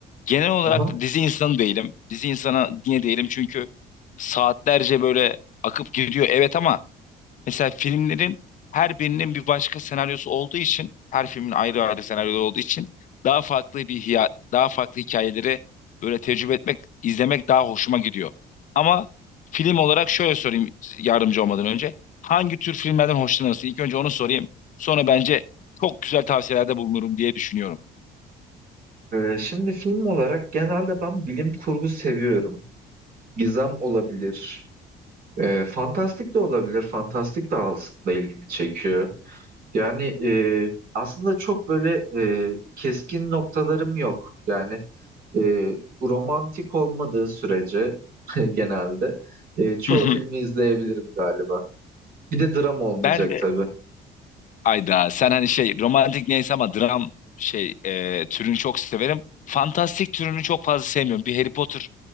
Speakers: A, on the left; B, on the right.
A: Genel olarak
B: Aha.
A: da dizi insanı değilim. Dizi insana niye değilim? Çünkü saatlerce böyle akıp gidiyor evet ama Mesela filmlerin her birinin bir başka senaryosu olduğu için, her filmin ayrı ayrı senaryoları olduğu için daha farklı bir hiya- daha farklı hikayeleri böyle tecrübe etmek, izlemek daha hoşuma gidiyor. Ama film olarak şöyle sorayım yardımcı olmadan önce. Hangi tür filmlerden hoşlanırsın? İlk önce onu sorayım. Sonra bence çok güzel tavsiyelerde bulunurum diye düşünüyorum.
B: E, şimdi film olarak genelde ben bilim kurgu seviyorum. Gizem olabilir. E, fantastik de olabilir. Fantastik de aslında ilgimi çekiyor. Yani e, aslında çok böyle e, keskin noktalarım yok. Yani e, romantik olmadığı sürece <laughs> genelde e, çoğu
A: Hı hı.
B: filmi izleyebilirim galiba. Bir de dram olmayacak
A: Ben de
B: tabii.
A: Ayda sen hani şey romantik neyse ama dram şey e, türünü çok severim. Fantastik türünü çok fazla sevmiyorum. Bir Harry Potter